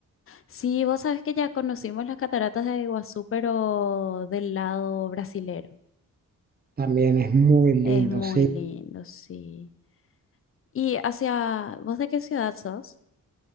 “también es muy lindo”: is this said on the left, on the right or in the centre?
Right